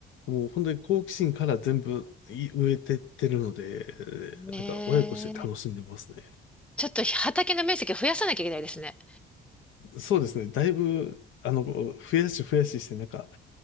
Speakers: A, on the left (about 80°); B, in the centre.
A: もう本当に好奇心から全部い植えてってるので、
B: ねえ。
A: なんか親子して楽しんでますね。
B: ちょっと畑の面積増やさなきゃいけないですね。
A: そうですね。だいぶ、あの、増やし増やしして、なんか、